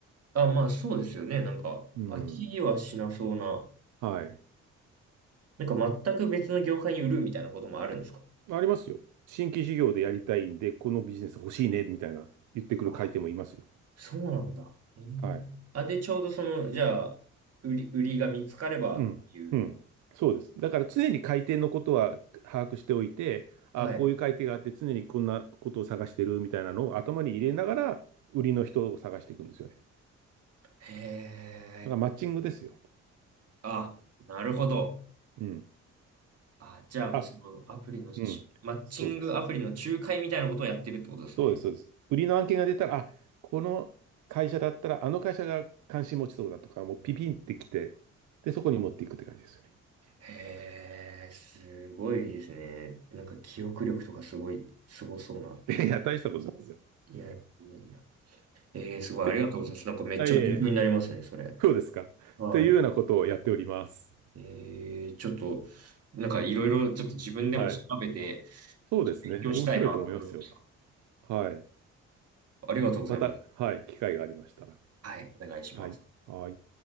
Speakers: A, on the right; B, on the right.
A: あ、まあそうですよね。なんか、
B: うん。
A: 飽きはしなそうな、
B: はい。
A: なんか全く別の業界に売るみたいなこともあるんですか
B: ありますよ。新規事業でやりたいんで、このビジネス欲しいね、みたいな言ってくる回転もいますよ。
A: あ、そうなんだ。えー、
B: はい。
A: あ、で、ちょうどその、じゃあ、売り、売りが見つかればっていう。
B: うん。うん。そうです。だから常に回転のことは把握しておいて、
A: はい。
B: あ、こういう回転があって常にこんなことを探してるみたいなのを頭に入れながら、売りの人を探していくんですよね。
A: へえ。
B: だからマッチングですよ。
A: あ、なるほど。
B: うん。
A: あ、じゃあもうそのアプリのち、
B: あ、うん。
A: マッチングアプリの仲介みたいなことをやってるってことですね。
B: そうです、そうです。そうです、そうです。売りの案件が出たら、あ、この会社だったら、あの会社が関心持ちそうだとか、もうピピンってきて、で、そこに持っていくって感じですよね。
A: へえ、すごいですね。なんか記憶力とかすごい、すごそうな。
B: いや、大したことないですよ。っ
A: いやいやいや。えー、すごい、
B: て
A: ありがとうございます。なんかめっちゃ勉強になりますね、
B: あ、いえいえ、
A: それ。
B: そうですか。っていうようなことをやっております。
A: はい。えー、ちょっと、なんかいろいろちょっと自分でも調べて、
B: はい。そうですね。
A: 勉強したいなと思いました。
B: 面白いと思いますよ。はい。
A: ありがとうございます。
B: また、はい。機会がありましたら。
A: はい、お願いします。
B: はい。はい。